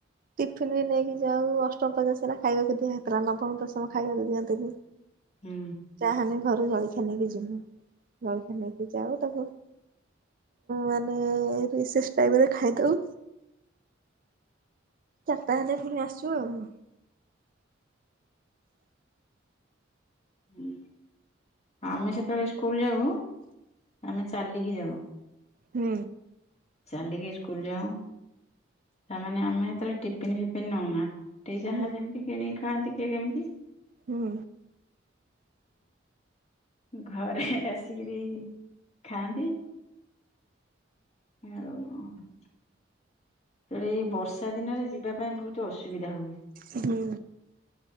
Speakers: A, on the right; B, on the left.
A: ଟିଫିନ ବି ନେଇକି ଯାଉ ଅଷ୍ଟମ <unintelligible> ଖାଇବାକୁ ଦିଆ ହେଉଥିଲା ନବମ ଦଶମ ଖାଇବାକୁ ଦିଅନ୍ତିନି।
B: ହୁଁ।
A: ଚାହାନି ଘରୁ ଜଳଖିଆ ନେଇକି ଯିବୁ ଜଳଖିଆ ନେଇକି ଯାଉ ତାକୁ ମାନେ ରେଶେସ୍ ଟାଇମରେ ଖାଇଦଉ। ଚାରିଟା ହେଲେ ପୁଣି ଆସୁ ଆଉ।
B: ହୁଁ। ଆମେ ସେତେବେଳେ ସ୍କୁଲ ଯାଉ ଆମେ ଚାଲିକି ଯାଉ।
A: ହୁଁ।
B: ଚାଲିକି ସ୍କୁଲ ଯାଉ ତାମାନେ ଆମେ ହେତେବେଳେ ଟିଫିନ ଫିଫିନ ନଉନା। ଯାହା
A: ହୁଁ
B: ଯେମିତି କିଣିି ଖାଆନ୍ତି କିଏ କେମିତି।
A: ହୁଁ।
B: ଘରେ ଆସିକିରି ଖାଆନ୍ତି। ଆଉ। ରେ ଏଇ ବର୍ଷା ଦିନରେ ଯିବା ପାଇଁ ବହୁତ ଅସୁବିଧା ହୁଏ।
A: ହୁଁ।